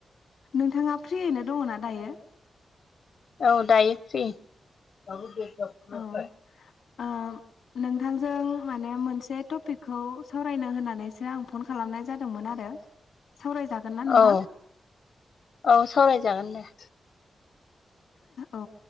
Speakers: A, on the left (about 85°); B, on the left (about 65°).
A: नोंथाङा फ्रियैनो दङ ना दायो?
B: औ दायो फ्रि। <unintelligible>
A: औ ओ नोंथांजों माने मोनसे टपिकखौ सावरायनो होननानै नानैसो आं फन खालामनाय जादोंमोन आरो। सावरायजागोन ना नोंथां
B: औ औ सावरायजागोन दे।
A: औ